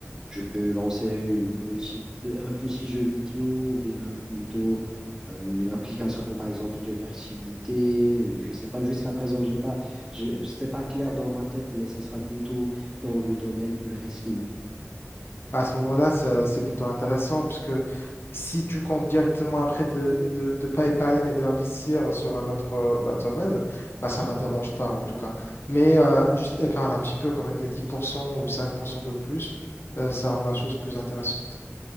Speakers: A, on the right (about 15°); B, on the left (about 60°).
A: je peux lancer une petite, un petit jeu vidéo ou bien plutôt euh, une application, par exemple, de fertilité. Euh, Je sais pas, jusqu'à présent, j'ai pas, je, je- c'est pas clair dans ma tête, mais ça sera plutôt dans le domaine du risking.
B: À ce moment-là, ça- c'est plutôt intéressant puisque si tu comptes directement après de de, de pas épargner mais d'investir sur un autre euh, bah, domaine, bah, ça ne m'interroge pas en tout cas. Mais euh, juste épargne un petit peu quand même, mais 10% ou 5% de plus, euh, ça rend la chose plus intéressante.